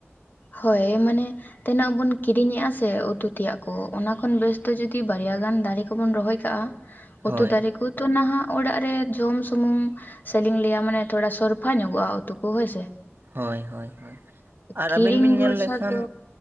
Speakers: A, on the left; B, on the right.
A: ᱦᱚᱭ ᱢᱟᱱᱮ ᱛᱤᱱᱟᱹᱜ ᱵᱚᱱ ᱠᱤᱨᱤᱧᱮᱜᱼᱟ ᱥᱮ ᱩᱛᱩ ᱛᱮᱭᱟᱜ ᱠᱚ ᱚᱱᱟ ᱠᱷᱚᱱ ᱵᱮᱥ ᱫᱚ ᱡᱩᱫᱤ ᱵᱟᱨᱭᱟ ᱜᱟᱱ ᱫᱟᱨᱮ ᱠᱚᱵᱚᱱ ᱨᱚᱦᱚᱭ ᱠᱟᱜᱼᱟ᱾
B: ᱦᱳᱭ
A: ᱩᱛᱩ ᱫᱟᱨᱮ ᱠᱚ ᱛᱚ ᱱᱟᱦᱟᱜ ᱚᱲᱟᱜ ᱨᱮ ᱡᱚᱢ ᱥᱩᱢᱩᱝ ᱥᱮᱞᱤᱧ ᱞᱟᱹᱭᱟ ᱢᱟᱱᱮ ᱛᱷᱚᱲᱟ ᱥᱚᱨᱯᱷᱟ ᱧᱚᱜᱚᱜᱼᱟ ᱩᱛᱩ ᱠᱚ ᱦᱳᱭᱥᱮ᱾
B: ᱦᱚᱭ ᱦᱚᱭ ᱦᱚᱭ ᱟᱨ
A: ᱠᱤᱨᱤᱧ
B: ᱟᱹᱵᱤᱱ ᱵᱤᱱ
A: ᱵᱷᱚᱨᱥᱟ
B: ᱧᱮᱞ ᱞᱮᱠᱷᱟᱱ
A: ᱫᱚ